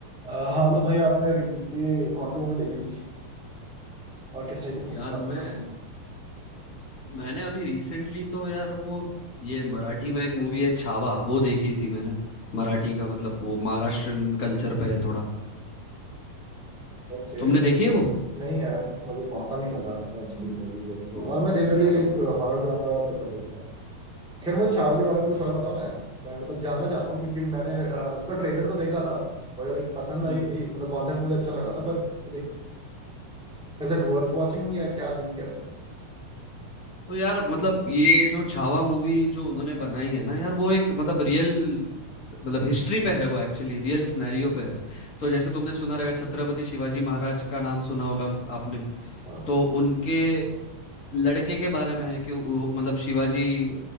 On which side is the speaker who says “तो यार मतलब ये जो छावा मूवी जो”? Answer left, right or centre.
Left